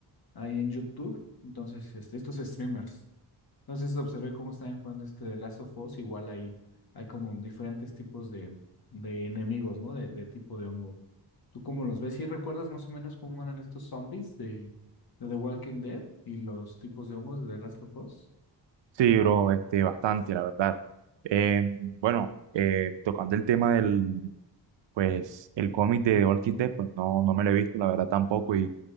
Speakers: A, on the left; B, on the right.
A: ahí en YouTube, entonces este, estos streamers. Entonces observé cómo estaban jugando este de Last of Us, igual ahí hay como diferentes tipos de, de enemigos, ¿no? De, de tipo de hongo. ¿Tú cómo los ves? ¿Y recuerdas más o menos cómo eran estos zombies de, de The Walking Dead y los tipos de hongos de The Last of Us?
B: Sí, bro, este, bastante, la verdad. Eh, bueno, eh, tocando el tema del, Pues el cómic de All Walking Dead, pues no, no me lo he visto, la verdad tampoco, y